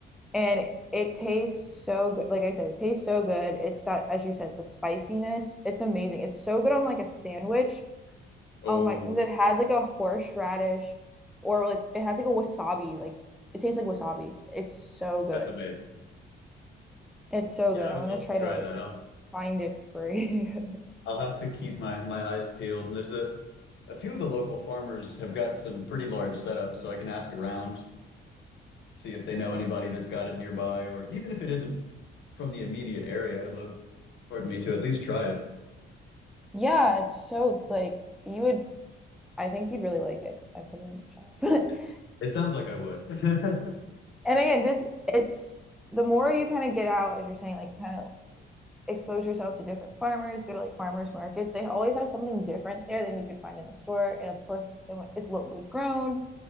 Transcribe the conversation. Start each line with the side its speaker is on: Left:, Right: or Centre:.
Centre: And it tastes so good. Like I said, it tastes so good. It's that, as you said, the spiciness. It's amazing. It's so good on like a sandwich
Left: Oh.
Centre: Oh my, because it has like a horseradish or like it has like a wasabi. Like it tastes like wasabi. It's so good.
Left: That's amazing.
Centre: It's so
Left: Yeah,
Centre: good.
Left: I
Centre: I'm
Left: would
Centre: gonna
Left: love
Centre: try
Left: to try
Centre: to like
Left: that. I'll
Centre: find it for you. <laughs>
Left: I'll have to keep my my eyes peeled. And there's a a few of the local farmers have got some pretty large setups, so I can ask around, see if they know anybody that's got it nearby, or even if it isn't from the immediate area, I'd love, pardon me, to at least try it.
Centre: Yeah, it's so like you would I think you'd really like it. I put it in the chat.
Left: It
Centre: <laughs>
Left: it sounds like I would. <laughs>
Centre: And again, just it's the more you kind of get out, as you're saying, like kind of expose yourself to different farmers, go to like farmers markets. They always have something different there than you could find in the store. And of course, it's so much, it's locally grown